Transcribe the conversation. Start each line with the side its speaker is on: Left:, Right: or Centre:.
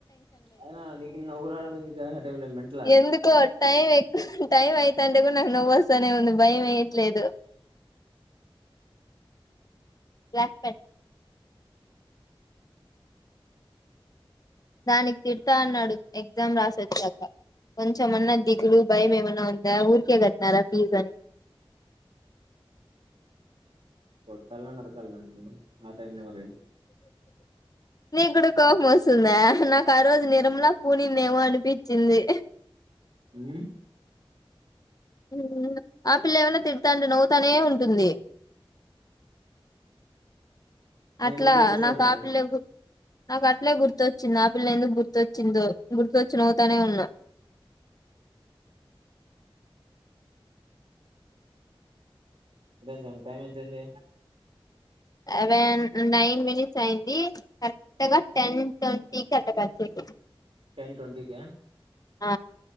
Right: అయనా నీకు నవ్వు రావడం ఏంది టై మంట
Left: ఎందుకో ఏకు టైం అయితంటే కూడా నాకు నవ్ వస్తానే ఉంది భయం వేయట్లేదు లాక్ దానికి తిడతా అన్నాడు ఎగ్జామ్ రాసొచ్చాక కొంచెమన్న దిగులు భయం ఏమైనా ఉందా ఊరికే కట్నారా ఫీజ్ అని
Right: కొట్టాల నరకల్న నిన్ను ఆ టైమ్ నె మరి
Left: న గుడు కోపం వస్తుందా నాకు ఆ రోజు నిరంలా పూనిందేమో అనిపించింది
Right: మ్
Left: ఉ ఆపిల్ ఏమైనా తిడతాంటే నవ్వుతనే ఉంటుంది,
Right: నేను
Left: అట్లా
Right: తిడితే ఏడుస్తావా
Left: నాకు
Right: మరి
Left: ఆపిల్ గు నాకు ఆ పిలే గుర్తొచ్చింది ఆపిల్ ఎందుకు గుర్తొ చ్చిందో గుర్తుొచ్చి నవుతానే ఉన్నా
Right: అదా స టైం ఎంతంది
Left: సెవెన్ నైన్ మినిట్స్ అయింది కరెక్ట్ గా టెన్ ట్వంటీ క అట్ట ే
Right: టెన్ ట్వంటీ క
Left: ఆ